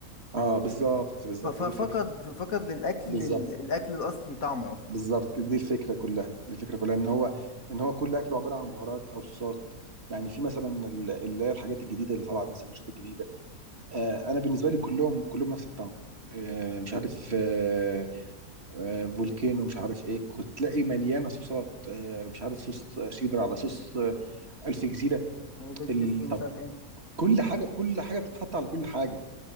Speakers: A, on the right; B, on the left.
A: اه بالظبط بالظبط
B: ف- ف-
A: دي
B: فقد
A: الفكره
B: فقد للاكل
A: بالظبط
B: ال- الاكل الاصلي طعمه اصلا
A: بالظبط دي الفكره كلها دي الفكره كلها ان هو ان هو كل اكله عباره عن بهارات او صوصات يعني في مثلا ال- اللي هي الحاجات الجديده اللي طالعه دي السندوتشات الجديده آه انا بالنسبه لي كلهم كلهم نفس الطعم آه مش عارف آه آه فولكانو مش عارف ايه كنت تلاقي مليانه صوصات آه مش عارف صوص شيدر على صوص آه الف جزيره
B: وبيك
A: ال...
B: تيستي ومش
A: طب
B: عارف ايه
A: كل حاجه كل حاجه بتتحط على كل حاجه